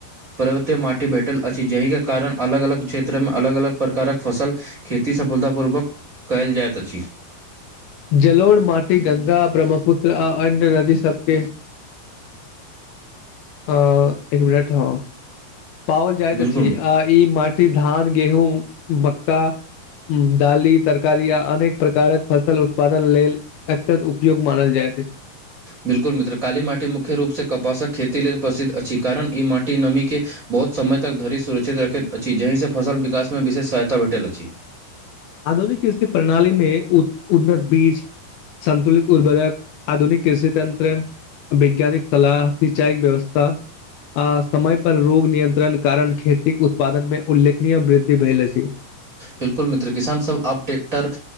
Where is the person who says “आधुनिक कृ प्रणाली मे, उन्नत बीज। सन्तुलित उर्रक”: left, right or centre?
Left